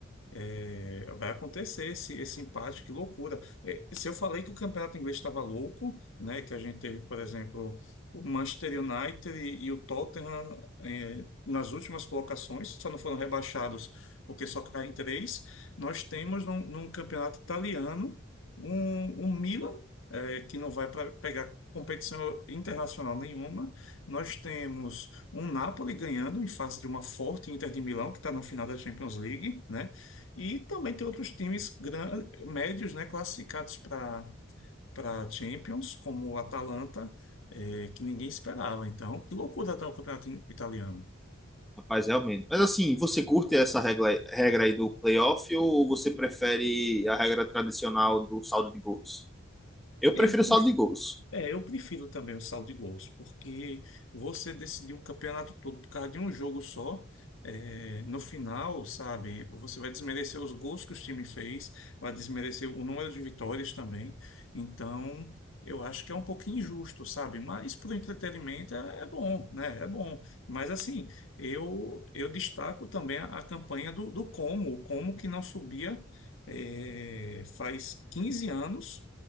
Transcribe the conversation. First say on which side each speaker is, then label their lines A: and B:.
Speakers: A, on the left (about 75°); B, in the centre.
A: É, vai acontecer esse, esse empate, que loucura. É, se eu falei que o campeonato inglês estava louco, né, que a gente teve, por exemplo, o Manchester United e, e o Tottenham, é, nas últimas colocações, só não foram rebaixados porque só caem três, nós temos num, num campeonato italiano um, um Milan, é, que não vai para pegar competição internacional nenhuma. Nós temos um Napoli ganhando em face de uma forte Inter de Milão, que está na final da Champions League, né? E também tem outros times gran- médios, né, classificados para para Champions, como o Atalanta, eh, que ninguém esperava. Então, que loucura tá o campeonato italiano.
B: rapaz, realmente. Mas assim, você curte essa regra, regra aí do playoff ou você prefere a regra tradicional do saldo de gols? Eu
A: Eu
B: prefiro saldo de gols.
A: É, eu prefiro também o saldo de gols, porque você decidir um campeonato todo por causa de um jogo só, é, no final, sabe, você vai desmerecer os gols que o time fez, vai desmerecer o número de vitórias também. Então, eu acho que é um pouquinho injusto, sabe? Mas para o entretenimento é, é bom, né? É bom. Mas assim, eu eu destaco também a, a campanha do, do Como, o Como que não subia, é, faz 15 anos.